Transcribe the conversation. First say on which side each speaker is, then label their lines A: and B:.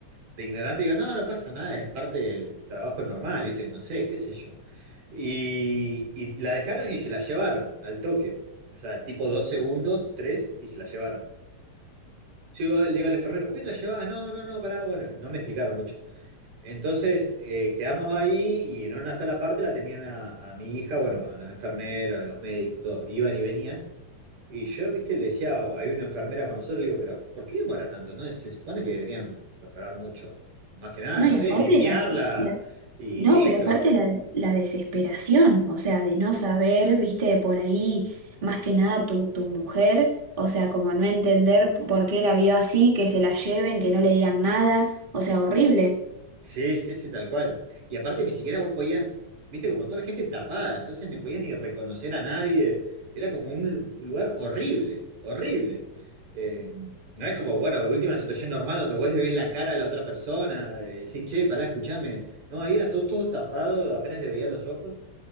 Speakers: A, on the right; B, on the right.
A: de ignorante digo, no, no pasa nada, es parte del trabajo normal, ¿viste? No sé, qué sé yo. Y, y la dejaron y se la llevaron al toque. O sea, tipo dos segundos, tres, y se la llevaron. Yo digo, le digo al enfermero, ¿por qué te la llevas? No, no, no, pará, bueno, no me explicaron mucho. Entonces, eh, quedamos ahí y en una sala aparte la tenían a, a mi hija, bueno, con los enfermeros, los médicos, todo, iban y venían. Y yo, viste, le decía, hay una enfermera con nosotros, le digo, pero ¿por qué demora tanto? ¿No? Se supone que deberían demorar mucho. Más que nada,
B: No,
A: no
B: y
A: sé,
B: aparte
A: limpiarla
B: la, la-
A: y
B: no,
A: listo.
B: pero aparte la, la desesperación, o sea, de no saber, viste, por ahí, más que nada tu, tu mujer, o sea, como no entender p- por qué la vio así, que se la lleven, que no le digan nada, o sea, horrible,
A: Sí, sí, sí, tal cual. Y aparte ni siquiera vos podías, viste, como toda la gente tapada, entonces no podías ni reconocer a nadie. Era como un lugar horrible, horrible. Eh, no es como, bueno, de última situación normal donde vos le ves la cara a la otra persona, eh, decís, che, pará, escuchame. No, ahí era todo, todo tapado, apenas le veía los ojos.